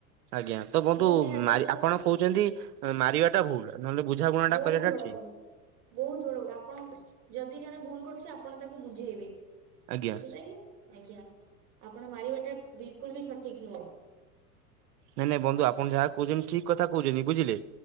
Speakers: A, on the right (about 75°); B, on the right (about 60°).
A: ଆଜ୍ଞା ତ ବନ୍ଧୁ
B: ଗୋଟେ ହାତରେ
A: ମାରି
B: ତ
A: ଆପଣ କହୁଛନ୍ତି। ମାରିବା ଟା ଭୁଲୁ ନହେଲେ ବୁଝାବୁଣା
B: ବହୁତ
A: କରିବା
B: ବଡ
A: ଟା ଠିକ।
B: ବୋଲ ବହୁତ ବଡ ଆପଣ ଯଦି ଜଣେ ଭୁଲ କରୁଛି ଆପଣ ତାକୁ ବୁଝେଇବେ
A: ଆଜ୍ଞା
B: ବୁଝିପା ଆଜ୍ଞା ଆପଣ ମାରିବାଟା ବିଲକୁଲ ବି ସଠିକ ନୁହେଁ।
A: ନାଇଁ ନାଇଁ ବନ୍ଧୁ ଆପଣ ଯାହା କହୁଛନ୍ତି ଠିକ କଥା କହୁଛନ୍ତି ବୁଝିଲେ